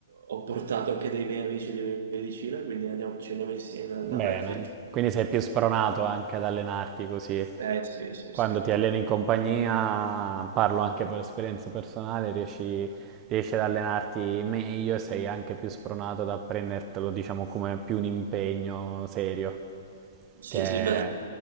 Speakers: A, on the right (about 70°); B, on the right (about 25°).
A: ho portato anche dei miei amici di medicina, quindi andiamo- ci andiamo insieme alla
B: Bene,
A: McFit.
B: quindi sei più spronato anche ad allenarti così.
A: Eh sì, sì,
B: Quando
A: sì.
B: ti alleni in compagnia, parlo anche per esperienza personale, riesci, riesci ad allenarti meglio e sei anche più spronato ad prendertelo, diciamo, come più un impegno serio.
A: Sì,
B: che,
A: sì, beh,